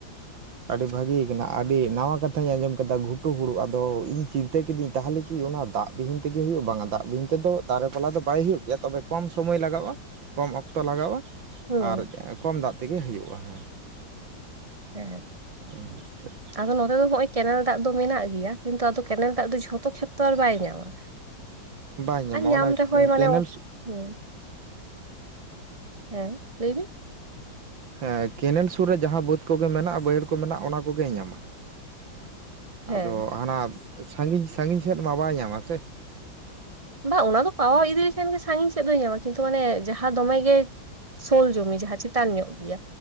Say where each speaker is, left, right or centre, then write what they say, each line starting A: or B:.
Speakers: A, on the right (about 70°); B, on the right (about 20°).
A: ᱟᱹᱰᱤ ᱵᱷᱟᱹᱜᱤ ᱟᱠᱟᱱᱟ ᱟᱹᱰᱤ ᱱᱟᱣᱟ ᱠᱟᱛᱷᱟᱧ ᱟᱸᱡᱚᱢ ᱠᱮᱫᱟ ᱜᱷᱩᱴᱩ ᱦᱩᱲᱩ ᱟᱫᱚ ᱤᱧ ᱪᱤᱱᱛᱟᱹ ᱠᱤᱫᱤᱧ ᱛᱟᱦᱚᱞᱮ ᱠᱤ ᱚᱱᱟ ᱫᱟᱜ ᱵᱤᱦᱤᱱ ᱛᱮᱜᱮ ᱦᱩᱭᱩᱜ ᱵᱟᱝᱟ ᱫᱟᱜ ᱵᱤᱦᱤᱱ ᱛᱮᱫᱚ ᱫᱟᱨᱮ ᱵᱟᱞᱟ ᱫᱚ ᱵᱟᱭ ᱦᱩᱭᱩᱜ ᱜᱮᱭᱟ ᱛᱚᱵᱮ ᱠᱚᱢ ᱥᱚᱢᱚᱭ ᱞᱟᱜᱟᱜᱼᱟ ᱠᱚᱢ ᱚᱠᱛᱚ ᱞᱟᱜᱟᱜᱼᱟ
B: ᱦᱩᱸ
A: ᱟᱨ ᱠᱚᱢ ᱫᱟᱜ ᱛᱮᱜᱮ ᱦᱩᱭᱩᱜᱼᱟ ᱦᱮᱸ
B: ᱦᱮᱸ
A: ᱟᱪᱪᱷᱟ ᱟᱪᱪᱷᱟ
B: ᱟᱫᱚ ᱱᱚᱸᱰᱮ ᱫᱚ ᱦᱚᱭᱚᱭ ᱠᱮᱱᱮᱞ ᱫᱟᱜ ᱫᱚ ᱢᱮᱱᱟᱜ ᱜᱮᱭᱟ ᱠᱤᱱᱛᱩ ᱟᱫᱚ ᱠᱮᱱᱮᱞ ᱫᱟᱜ ᱫᱚ ᱡᱷᱚᱛᱚ ᱠᱷᱮᱛ ᱛᱚ ᱟᱨ ᱵᱟᱭ ᱧᱟᱢᱟ
A: ᱵᱟᱭ ᱧᱟᱢᱟ
B: ᱟᱨ ᱧᱟᱢ
A: ᱚᱱᱟ
B: ᱨᱮᱦᱚᱭ ᱢᱟᱱᱮ
A: ᱠᱮᱱᱮᱞ
B: ᱦᱩᱸ
A: ᱥᱩ-
B: ᱦᱮᱸ ᱞᱟᱹᱭ ᱵᱤᱱ
A: ᱦᱮᱸ ᱠᱮᱱᱮᱞ ᱥᱩᱨ ᱨᱮ ᱡᱟᱦᱟᱸ ᱵᱟᱹᱫᱽ ᱠᱚᱜᱮ ᱢᱮᱱᱟᱜᱼᱟ ᱵᱟᱹᱭᱦᱟᱹᱲ ᱠᱚ ᱢᱮᱱᱟᱜᱼᱟ ᱚᱱᱟ ᱠᱚᱜᱮ ᱧᱟᱢᱟ
B: ᱦᱮᱸ
A: ᱟᱫᱚ ᱦᱟᱱᱟ ᱥᱟᱺᱜᱤᱧ ᱥᱟᱺᱜᱤᱧ ᱥᱮᱫ ᱢᱟ ᱵᱟᱭ ᱧᱟᱢᱟ ᱥᱮ
B: ᱵᱟᱝ ᱚᱱᱟ ᱫᱚ ᱯᱟᱣᱟ ᱤᱫᱤ ᱞᱮᱠᱷᱟᱱ ᱜᱮ ᱥᱟᱺᱜᱤᱧ ᱥᱮᱫ ᱫᱚᱭ ᱧᱟᱢᱟ ᱠᱤᱱᱛᱩ ᱢᱟᱱᱮ ᱡᱟᱦᱟᱸ ᱫᱚᱢᱮ ᱜᱮ ᱥᱳᱞ ᱡᱩᱢᱤ ᱡᱟᱦᱟᱸ ᱪᱮᱛᱟᱱ ᱧᱚᱜ ᱜᱮᱭᱟ